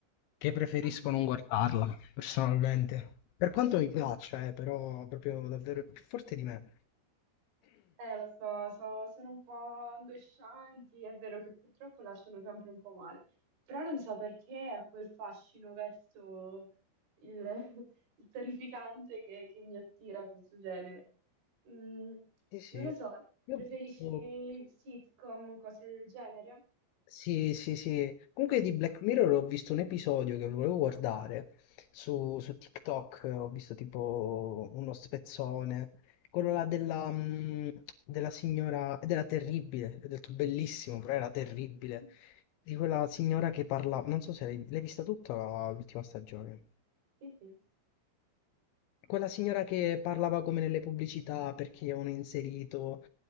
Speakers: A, on the left; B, on the right.
A: che preferisco
B: <laughs>
A: non guardarla, personalmente. Per quanto mi piaccia, eh, però proprio davvero è più forte di me.
B: Eh, lo so, so- sono un po' angoscianti, è vero che purtroppo lasciano sempre un po' male, però non so perché ha quel fascino verso il, <laughs> il terrificante che, che mi attira questo genere. Mm,
A: Sì, sì.
B: non lo so,
A: Io
B: preferisci
A: ho visto...
B: sitcom o cose del genere?
A: Sì, sì, sì. Comunque di Black Mirror ho visto un episodio che volevo guardare su, su TikTok, ho visto tipo uno spezzone, quello là della, mm, della signora, ed era terribile, ho detto bellissimo, però era terribile,
B: <laughs>
A: di quella signora che parla, non so se l'hai l'hai vista tutta la- l'ultima stagione,
B: Sì, sì.
A: quella signora che parlava come nelle pubblicità perché avevano inserito